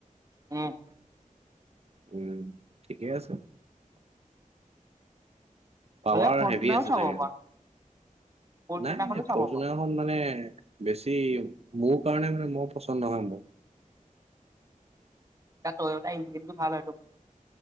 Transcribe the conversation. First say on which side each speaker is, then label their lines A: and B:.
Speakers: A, on the right (about 25°); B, on the right (about 45°).
A: উম।
B: উম ঠিকেই আছে। পাৱাৰ
A: হ'লে ফৰ্চুনাৰো
B: হেভি আছে
A: চাব
B: চাগে,
A: পাৰা ফৰ্চুনাৰখনো
B: নাই
A: চাব
B: ফৰচুনাৰখন
A: পাৰা।
B: মানে বেছি মোৰ কাৰণে মানে মোৰ পচন্দ নহয় মোৰ।
A: তট ই কিন্তু ভাল এটো <unintelligible>